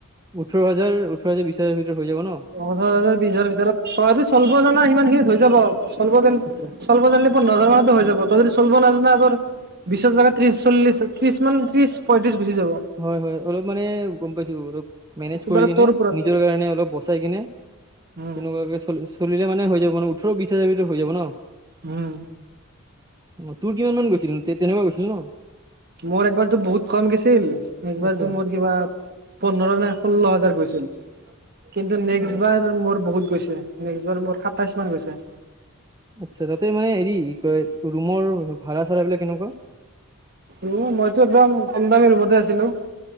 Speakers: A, on the right; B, on the right.
A: ওঠৰ হাজাৰ ওঠৰ হাজাৰ বিশ হাজাৰ ভিতৰত হৈ যাব ন।
B: পন্ধৰ হাজাৰ বিশ হাজাৰ ভিতৰত তইটো চল জনা সিমান খিনি হৈ যাব চলব
A: আচ্ছা
B: চলব জানিলে। পোন্ধহাজাৰ মানতে হৈ যাব ত‌ই যদি চলব নাজান তোৰ। বিশৰ জেগাত ত্ৰিশ চল্লিশ ত্ৰি ম ত্ৰিশ পঁয়ত্ৰিশ গুচি যাব।
A: হয় হয় অলপ মানে গম পাইছো অলপ। মেনেজ
B: এইবাৰ
A: কৰি কিনে
B: তোৰ ওপৰত
A: নিজৰ কাৰণে অলপ বচাই কিনে তেনেকুৱাকে
B: উম
A: চলি। চলিলে মানে হৈ যাব আৰু উঠৰ বিশ হাজাৰ ভিতৰত হৈ যাব ন।
B: উম।
A: অ তোৰ কিমান মান গৈছিল তেনেকুৱা গৈছিল ন।
B: মোৰ একবাৰতো বহুত কম গৈছিল একবাৰতো
A: আচ্ছা
B: মোৰ কিমান। পোন্ধৰ নাই ষোল্ল হাজাৰ গৈছিল কিন্তু নেক্সট
A: অ
B: বাৰ মোৰ বহুত গৈছে। নেক্সটবাৰ মোৰ সাতাইছ মান গৈছে।
A: আচ্ছা তাতে মানে হেৰি কয় ৰুমৰ ভাড়া চা়ৰা বিলাক কেনেকুৱা।
B: উ মইতো একদম কম দামী ৰুমতে আছিলোঁ